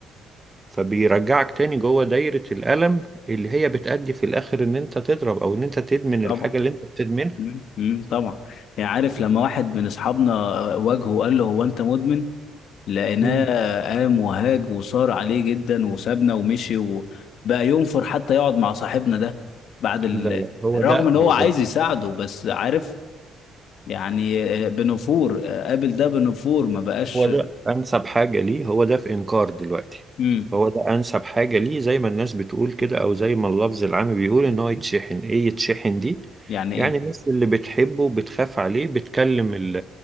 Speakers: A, on the right; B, on the left.
A: فبيرجعك تاني جوه دايرة الألم اللي هي بتأدي في الآخر إن أنت تضرب أو إن أنت تدمن
B: طبعا
A: الحاجة اللي أنت بتدمنها
B: مم. مم. طبعا يعني عارف لما واحد من اصحابنا آه، واجهه وقال له هو انت مدمن لقيناه
A: مم.
B: قام وهاج وصار عليه جدا وسابنا ومشي وبقى ينفر حتى يقعد مع صاحبنا ده بعد ال...
A: لا لا هو
B: رغم
A: ده
B: ان هو
A: هو
B: عايز
A: ده
B: يساعده بس عارف يعني آه، بنفور آه، قابل ده بنفور ما بقاش
A: هو ده انسب حاجه ليه هو ده في انكار دلوقتي
B: مم.
A: هو ده انسب حاجه ليه زي ما الناس بتقول كده او زي ما اللفظ العام بيقول ان هو يتشحن ايه يتشحن دي
B: يعني ايه
A: يعني الناس اللي بتحبه بتخاف عليه بتكلم ال-